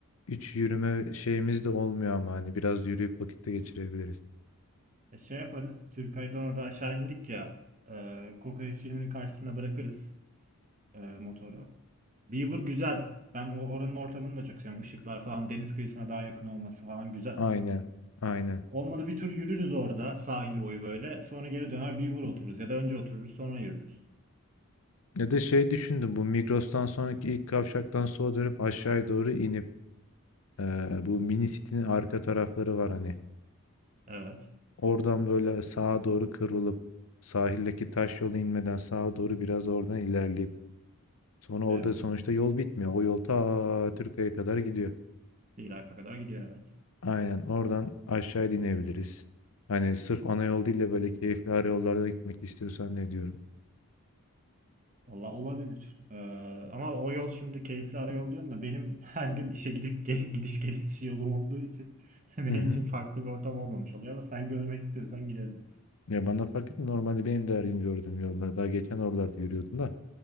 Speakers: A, on the left; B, on the right.
A: hiç yürüme şeyimiz de olmuyor ama hani biraz yürüyüp vakitte geçirebiliriz.
B: E, şey yaparız. Türkay'dan orada aşağı indik ya. E, kokoreç filminin karşısına bırakırız e, motoru. Beaver güzel. Ben o- oranın ortamını da çok seviyorum. Işıklar falan, deniz kıyısına daha yakın olması falan güzel.
A: Aynen, aynen.
B: Olmadı bir tur yürürüz orada sahil boyu böyle. Sonra geri döner Beaver otururuz ya da önce otururuz sonra yürürüz.
A: Ya da şey düşündüm bu Migros'tan sonraki ilk kavşaktan sola dönüp aşağıya doğru inip ee, bu mini city'nin arka tarafları var hani.
B: Evet.
A: Oradan böyle sağa doğru kıvrılıp sahildeki taş yola inmeden sağa doğru biraz oradan ilerleyip sonra orada
B: Evet.
A: sonuçta yol bitmiyor. O yol ta Türkiye'ye kadar gidiyor.
B: Silaypa kadar gidiyor evet.
A: Aynen oradan aşağıya inebiliriz. Hani sırf ana yol değil de böyle keyifli ara yollarda gitmek istiyorsan ne diyorum.
B: Valla olabilir. Ee, ama o yol şimdi keyifli ara yol diyorsun da benim <laughs> her gün işe gidip gel gidiş geliş yolum olduğu için <laughs> benim
A: Hı hı.
B: için farklı bir ortam olmamış oluyor ama sen görmek istiyorsan gidelim.
A: Ya bana fark etmiyor. Normalde benim de her gün gördüğüm yollar. Daha geçen oralarda yürüyordum da.